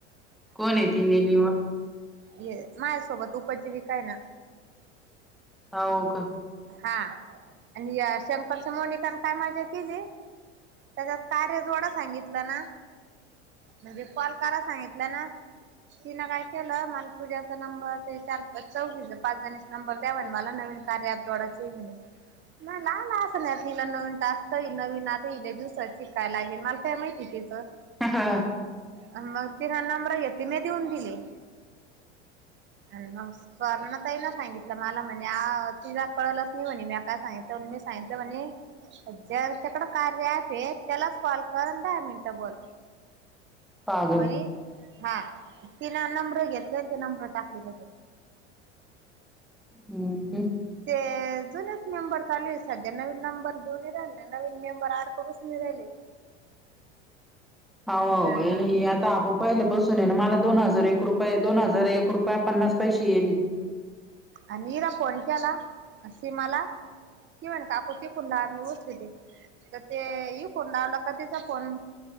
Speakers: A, in the centre; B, on the right (about 30°).
A: कोण आहे ती निलीम
B: ये माझ्यासोबत उपजीविकय ना
A: हो का
B: हा आणि शंकरच्या मोनिकने काय मजा केली त्याच्यात कार्य जोडा सांगितलं ना म्हणजे कॉल करा सांगितलं ना तिनं काय केलं मला पूजाचा नंबर ते चार चौकीच पाच जणी नंबर द्यावा मला नवीन कार्या जोडाचे मि नाही तिला नवीन टास्कहील नवीन आतईले दिवसात शिकायला लागेल मला काय माहिती तिचं
A: हा
B: मग ति ह नंबर घेतली मी देऊन दिली आणि मग स्वर्ण त ना सांगितलं मला म्हणजे आ तिला कळलच नाही म्हणे मी काय सांगितलं मी सांगितलं म्हणे ज त्याकडं कार्य आहे त्याला कॉल कर आणि दहा मिनट बोल
A: पागल
B: म्हज हा ति ना नंम्र घेतले आणि ती नंब्र टाकली त्याच्यात
A: हम्म ह
B: ते जुनच मेंबर चालू आहे सध्या नवीन नंबर घेऊन राहिले नवीन मेंबर आड करच नाही राहिले
A: हो
B: अ
A: आता आपण पहिले बसून ये मला दोन हजार एक रुपये दोन हजार एक रुपया पन्नास पैसे येली
B: आणिरा फोन केला सीमा ला की म्हणतको त खुनला आम्ही चली ते तर ते ये कोणी आला का तिचा फण